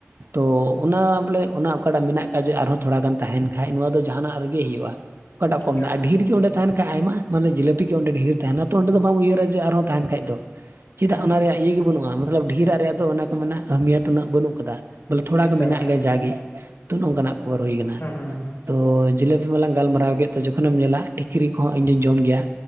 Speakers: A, on the right (about 65°); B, on the left (about 75°).
A: ᱛᱚ ᱚᱱᱟ ᱵᱚᱞᱮ ᱚᱱᱟ ᱚᱠᱟ ᱴᱟᱜ ᱢᱮᱱᱟᱜ ᱟᱠᱟᱫ ᱡᱮ ᱟᱨᱦᱚᱸ ᱛᱷᱚᱲᱟ ᱜᱟᱱ ᱛᱟᱦᱮᱸᱱ ᱠᱷᱟᱡ ᱱᱚᱣᱟ ᱫᱚ ᱡᱟᱦᱟᱸᱱᱟᱜ ᱨᱮᱜᱮ ᱦᱩᱭᱩᱜᱼᱟ᱾ ᱚᱠᱟ ᱴᱟᱜ ᱠᱚᱢᱫᱟ,
B: ᱮᱠᱟᱞ
A: ᱟᱨ ᱰᱷᱤᱨ ᱜᱮ ᱚᱸᱰᱮ ᱛᱟᱦᱮᱸᱱ ᱠᱷᱟᱡ ᱟᱭᱢᱟ ᱢᱟᱱᱮ ᱡᱤᱠᱟᱹᱯᱤ ᱜᱮ ᱚᱸᱰᱮ ᱰᱷᱮᱨ ᱛᱟᱦᱮᱸᱱᱟ ᱛᱚ ᱚᱸᱰᱮ ᱫᱚ ᱵᱟᱝ ᱩᱭᱦᱟᱹᱨᱟ ᱡᱮ ᱟᱨᱦᱚᱸ ᱛᱟᱦᱮᱸᱱ ᱠᱷᱟᱡ ᱫᱚ ᱾
B: ᱦᱩᱸ
A: ᱪᱮᱫᱟᱜ ᱚᱱᱟ ᱨᱮᱭᱟᱜ ᱤᱭᱟᱹ ᱜᱮ ᱵᱟᱹᱱᱩᱜᱼᱟ, ᱢᱟᱛᱞᱟᱵᱽ ᱰᱷᱮᱨᱟᱜ ᱨᱮ ᱟᱫᱚ ᱚᱱᱟ ᱠᱚ ᱢᱮᱱᱟ ᱮᱦᱮᱢᱤᱭᱟᱹᱛ ᱩᱱᱟᱹᱜ ᱵᱟᱹᱱᱩᱜ ᱠᱟᱫᱟ᱾ ᱵᱚᱞᱮ ᱛᱷᱚᱲᱟ
B: ᱮᱠᱟᱞ
A: ᱜᱮ ᱢᱮᱱᱟᱜ
B: ᱮᱠᱟᱞ
A: ᱜᱮᱭᱟ ᱡᱟᱜᱮ, ᱛᱚ ᱱᱚᱝᱠᱟᱱᱟᱜ ᱠᱷᱚᱵᱚᱨ ᱦᱩᱭ ᱠᱟᱱᱟ᱾
B: ᱦᱩᱸ ᱦᱩᱸ
A: ᱛᱚ ᱡᱤᱞᱟᱹᱯᱤ ᱢᱟᱞᱟᱝ ᱜᱟᱞᱢᱟᱨᱟᱣ ᱠᱮᱫ ᱛᱚ ᱡᱚᱠᱷᱚᱱᱮᱢ ᱧᱮᱞᱟ ᱴᱷᱤᱠᱨᱤ ᱠᱚᱦᱚᱸ ᱤᱧ ᱫᱩᱧ ᱡᱚᱢ ᱜᱮᱭᱟ᱾